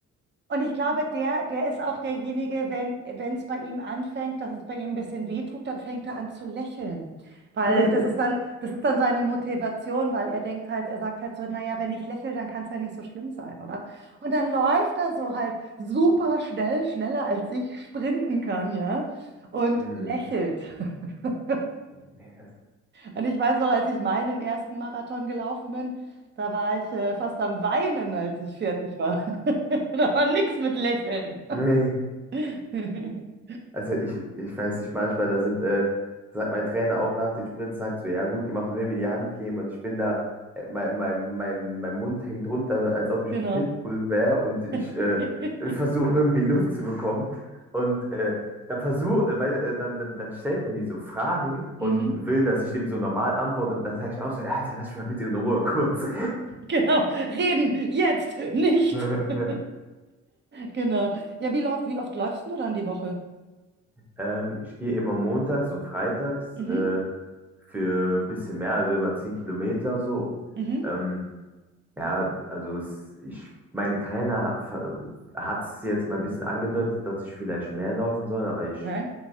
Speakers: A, on the right; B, in the centre.
A: Und ich glaube, der, der ist auch derjenige, wenn, wenn es bei ihm anfängt, dass es bei ihm ein bisschen weh tut, dann fängt er an zu lächeln. Weil
B: <laughs>
A: das ist dann, das ist dann seine Motivation, weil er denkt halt, er sagt halt so, naja, wenn ich lächle, dann kann es ja nicht so schlimm sein, oder? Und dann läuft er so halt super schnell, schneller als ich sprinten kann, ja? Und
B: Hm.
A: lächelt. <laughs>
B: Nee, das,
A: Und ich weiß noch, als ich meinen ersten Marathon gelaufen bin, da war ich äh, fast am Weinen, als ich fertig war. <laughs> Da war nix mit Lächeln.
B: <laughs> nee.
A: <laughs>
B: Also ich, ich weiß nicht, manchmal, da sind, äh, sagt mein Trainer auch nach den Sprints, sagt so, ja, gut gemacht und will mir die Hand geben und ich bin da, äh, mein, mein, mein, mein Mund hängt runter, als ob ich
A: Genau.
B: ein Pitbull wäre und ich,
A: <laughs>
B: äh, ich versuche irgendwie Luft zu bekommen und äh, dann versuch, äh, weil, äh, dann, dann, dann stellt er mir so Fragen und
A: Mhm.
B: will,
A: <laughs>
B: dass ich dem so normal antworte und dann sage ich auch so, Alter, lass mich mal bitte in Ruhe, kurz.
A: Genau. Reden, jetzt, nicht.
B: <laughs>
A: <laughs> Genau. Ja, wie läuft, wie oft läufst du dann die Woche?
B: Ähm, ich gehe immer montags und freitags.
A: Mhm.
B: Äh, für ein bisschen mehr, also über 10 Kilometer so.
A: Mhm.
B: Ähm, ja, also es, ich, mein Trainer hat es jetzt mal ein bisschen angedeutet, dass ich vielleicht mehr laufen soll, aber ich,
A: Okay.